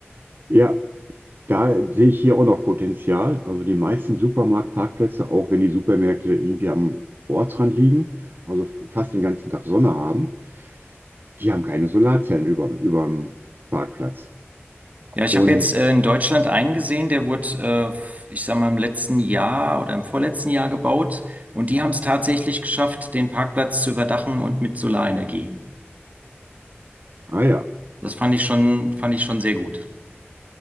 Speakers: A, on the right; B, on the right.
A: ja Da sehe ich hier auch noch Potenzial. Also die meisten Supermarktparkplätze, auch wenn die Supermärkte irgendwie am Ortsrand liegen, also f- fast den ganzen Tag Sonne haben, die haben keine Solarzellen über, überm Parkplatz.
B: Ja, ich
A: Und,
B: habe jetzt äh, in Deutschland einen gesehen, der wurde, äh, f- ich sag mal, im letzten Jahr oder im vorletzten Jahr gebaut. Und die haben es tatsächlich geschafft, den Parkplatz zu überdachen und mit Solarenergie.
A: ah ja,
B: Das fand ich schon, fand ich schon sehr gut.